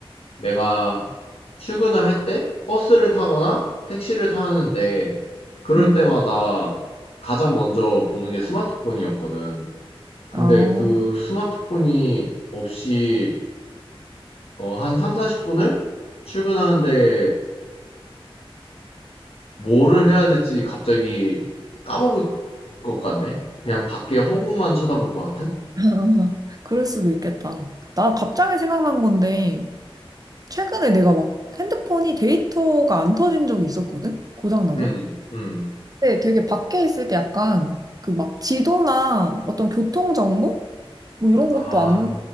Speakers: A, on the left (about 70°); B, on the right (about 40°).
A: 내가 출근을 할 때 버스를 타거나 택시를 타는데 그럴
B: 음.
A: 때마다 가장 먼저 보는 게 스마트폰이었거든. 근데
B: 아,
A: 그 스마트폰이 없이 어, 한 3, 40분을 출근하는데 뭐를 해야 될지 갑자기 까먹을 것 같네. 그냥 밖에 허공만 쳐다볼 것 같은?
B: <laughs> 그럴 수도 있겠다. 나 갑자기 생각난 건데, 최근에 내가 막 핸드폰이 데이터가 안 터진 적이 있었거든? 고장나서?
A: 음, 음.
B: 근데 되게 밖에 있을 때 약간 그 막 지도나 어떤 교통정보? 뭐 이런
A: 아,
B: 것도 안